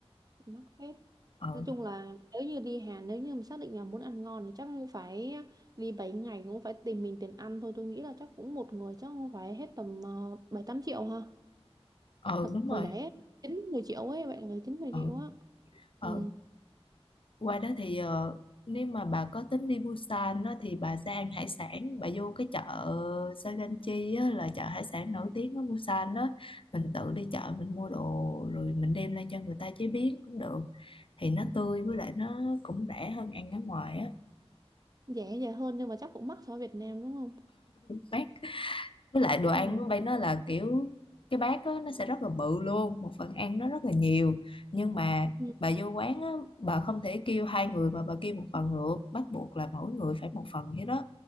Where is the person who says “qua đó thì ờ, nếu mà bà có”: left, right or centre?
Left